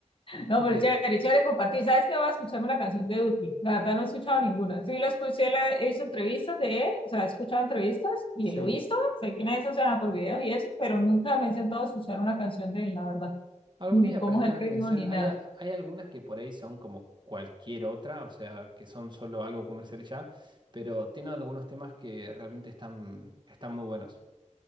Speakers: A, on the left; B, on the right.
A: No,
B: Ok,
A: pero chévere, chévere compartir. ¿Sabes qué? Voy a escucharme una canción de Duki. La verdad no he escuchado ninguna. Sí, lo escuché, lo he he visto entrevistas de él, o sea, he escuchado entrevistas y
B: sí.
A: lo he visto. Sé quién es, o sea, por videos y eso, pero nunca me he sentado a escuchar una canción de él, la verdad.
B: Algún
A: Ni
B: día
A: cómo
B: prestar
A: es el
B: atención.
A: ritmo ni
B: Hay,
A: nada.
B: a- hay algunas que por ahí son como cualquier otra, o sea, que son solo algo comercial y ya, pero tienen algunos temas que realmente están, están muy buenos.